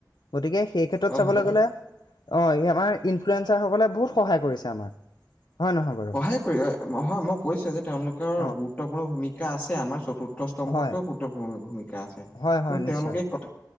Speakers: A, on the left (about 90°); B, on the left (about 15°).
A: গতিকে সেই ক্ষেত্ৰত
B: হয়
A: চাবলৈ
B: হয় এইটো
A: গ'লে অ', আমাৰ ইনফ্লুৱেঞ্চাৰ সকলে বহুত সহায় কৰিছে আমাক হয় নহয় বাৰু
B: সহায় কৰি হয় মই কৈছোয়ে যে তেওঁলোকৰ
A: অ'
B: গুৰুত্বপূৰ্ণ ভূমিকা আছে আমাৰ চতুৰ্থ অৰ্থস্তম্ভতকৈও
A: হয়,
B: গুৰুত্বপূৰ্ণ ভূমিকা আছে
A: হয়,
B: কিন্তু
A: হয়
B: তেওঁলোকে
A: নিশ্চয়।
B: স